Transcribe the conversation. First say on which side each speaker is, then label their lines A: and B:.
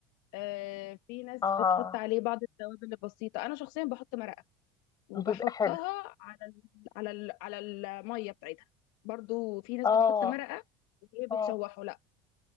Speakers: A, on the left; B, on the left.
A: آه، في ناس
B: اه
A: بتحط عليه بعض التوابل البسيطة أنا شخصيا بحط مرقة وبحطها
B: بيبقى حلو
A: على ال على ال على المية بتاعتها برضو في ناس
B: اه
A: بتحط مرقة وهي بتشوحه
B: اه
A: لا